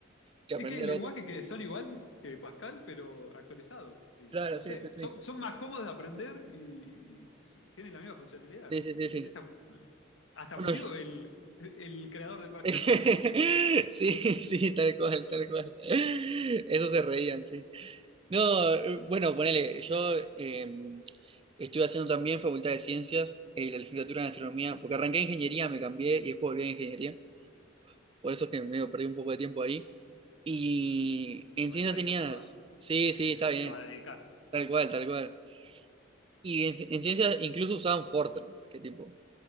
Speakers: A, on the right; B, on the left.
A: que
B: es
A: aprender
B: que hay lenguajes
A: otro.
B: que son igual que Pascal, pero actualizados. Y
A: Claro,
B: no
A: sí,
B: sé,
A: sí, sí,
B: son, son más cómodos de aprender y, y s- s- tienen la misma funcionalidad.
A: sí, sí,
B: Porque
A: sí. sí.
B: esa, hasta
A: bueno
B: murió el, el creador de
A: <laughs>
B: Pascal de lo viejo que es.
A: Sí, sí, tal cual, tal cual. Eso se reían, sí. No, eh, bueno, ponele, yo eh, estuve haciendo también Facultad de Ciencias, eh, la licenciatura en Astronomía, porque arranqué ingeniería, me cambié y después volví a ingeniería, por eso es que me perdí un poco de tiempo ahí. Y
B: Ah,
A: en
B: Y bueno,
A: ciencias
B: pero
A: tenías,
B: hay que probar
A: sí, sí,
B: es
A: está
B: de lo
A: bien,
B: que te vas a dedicar.
A: tal cual, tal cual. Y en, en ciencias incluso usaban Fortran, que tipo,